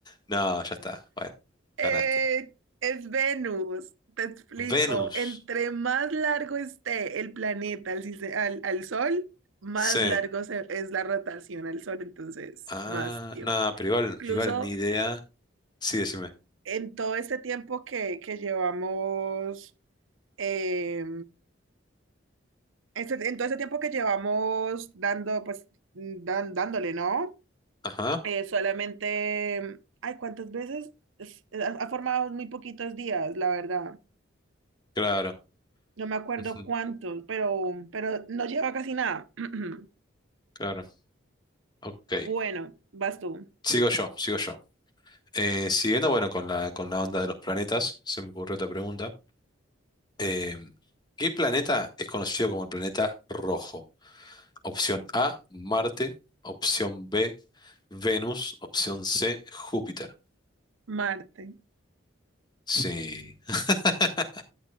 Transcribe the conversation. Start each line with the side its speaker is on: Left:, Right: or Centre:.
Left: No, ya está. Bueno,
Right: Eh,
Left: ganaste.
Right: es Venus, te explico.
Left: Venus.
Right: Entre más largo esté el planeta al, sise- al- al Sol, más
Left: Sí.
Right: largo se- es la rotación al Sol, entonces
Left: Ah,
Right: más tiempo.
Left: no, pero igual,
Right: Incluso
Left: igual ni idea. Sí, decime.
Right: en todo este tiempo que, que llevamos, eh, este- en todo este tiempo que llevamos dando, pues, dan- dándole, ¿no?
Left: Ajá,
Right: Eh, solamente, ay, ¿cuántas veces? Es- eh, Ha ha formado muy poquitos días, la verdad.
Left: claro.
Right: No me acuerdo
Left: ujú,
Right: cuántos, pero, pero no lleva casi nada. <clears throat>
Left: Claro. Ok.
Right: Bueno, vas tú.
Left: Sigo yo, sigo yo. Eh, siguiendo, bueno, con la, con la onda de los planetas, se me ocurrió otra pregunta. Eh, ¿qué planeta es conocido como el planeta rojo? Opción A, Marte. Opción B, Venus. Opción C, Júpiter.
Right: Marte.
Left: Sí, <laughs>